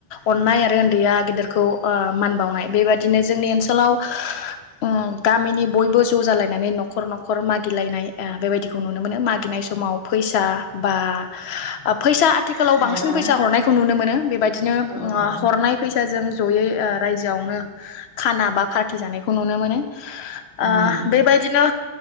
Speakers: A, on the left (about 80°); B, on the left (about 55°).
A: अननाय आरो उन्दैया गेदिरखौ ओ मान बावनाय बेबादिनो जोंनि ओनसोलाव ओ गामिनि बयबो ज जालायनानै नखर नखर मागिलायनाय आ बेबायदिखौ नुनो मोनो मागिनाय समाव फैसा बा ओ फैसा थिखालाव
B: माइरं
A: बांसिन फैसा हरनायखौ नुनो मोनो नो बेबाय बिदिनो
B: औ
A: आ
B: औ
A: हरनाय फैसाजों जयै ओ रायजोआवनो खाना बा पार्टि जानायखौ नुनो मोनो ओ
B: ए
A: बेबायदिनो